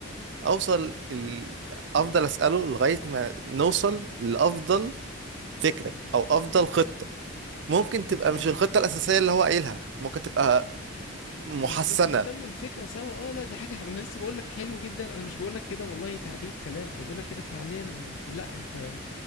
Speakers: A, on the right; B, on the left.
A: اوصل ال... افضل اسأله لغاية ما نوصل لافضل فكرة او افضل خطة ممكن
B: طب
A: تبقى
B: حلو
A: مش الخطة الاساسية
B: اه
A: اللي هو قايلها ممكن تبقى محسنة
B: بس انتوا بتنموا الفكرة سوا اه لا دي حاجة حب... انا لسه بقولك حلو جدا انا مش بقولك كده والله تعديل كلام انا بقولك كده فعليا إن انت لا انت